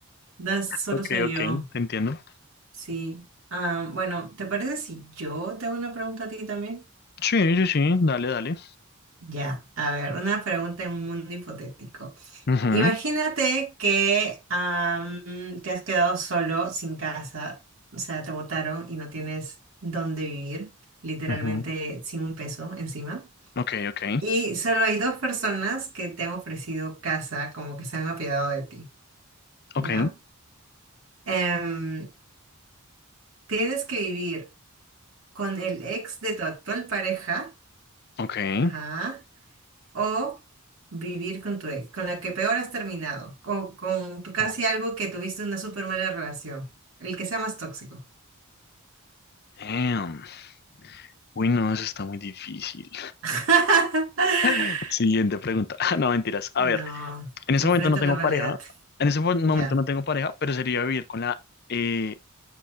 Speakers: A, on the right; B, on the left.
A: das, solo
B: Ok,
A: soy
B: ok,
A: yo.
B: te entiendo.
A: Sí. Ah, bueno, ¿te parece si yo te hago una pregunta a ti también?
B: Sí, sí, sí, dale, dale.
A: Ya, a ver, una pregunta en un mundo hipotético.
B: Ujú,
A: Imagínate que am, te has quedado solo, sin casa, o sea, te botaron y no tienes dónde vivir, literalmente
B: ujú.
A: sin un peso encima.
B: Ok, ok,
A: Y solo hay dos personas que te han ofrecido casa, como que se han apiadado de ti, ¿ya?
B: ok,
A: Em, tienes que vivir con el ex de tu actual pareja,
B: ok.
A: ajá, o vivir con tu ex, con la que peor has terminado, o con tu casi
B: Oh,
A: algo que tuviste una súper mala relación, el que sea más tóxico.
B: Damn. Uy, no, eso está muy difícil.
A: <laughs>
B: <laughs> Siguiente pregunta. <laughs> Ah, No, mentiras. A ver,
A: No,
B: en ese
A: enfrenta
B: momento no tengo
A: la realidad,
B: pareja. En ese mo- momento
A: ya.
B: no tengo pareja, pero sería vivir con la eh,